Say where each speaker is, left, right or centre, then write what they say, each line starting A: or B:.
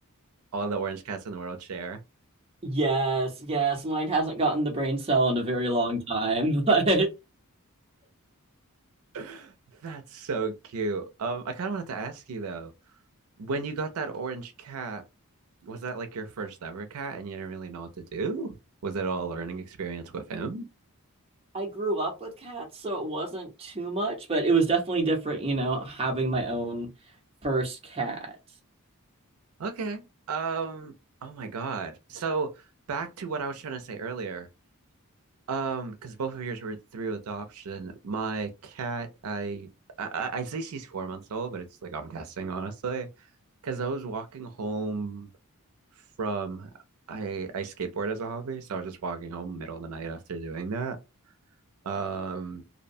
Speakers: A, on the right; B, on the right.
A: all the orange cats in the world share?
B: Yes, yes, mine hasn't gotten the brain cell in a very long time, <laughs> but
A: <laughs> That's so cute. Um, I kind of wanted to ask you though, when you got that orange cat, was that like your first ever cat and you didn't really know what to do? Was it all a learning experience with him?
B: I grew up with cats, so it wasn't too much, but it was definitely different, you know, having my own first cat.
A: Okay. Um, oh my God. So back to what I was trying to say earlier. Um, because both of yours were through adoption. My cat, I I, I say she's four months old, but it's like I'm guessing honestly. Because I was walking home from I I skateboard as a hobby, so I was just walking home middle of the night after doing that. Um,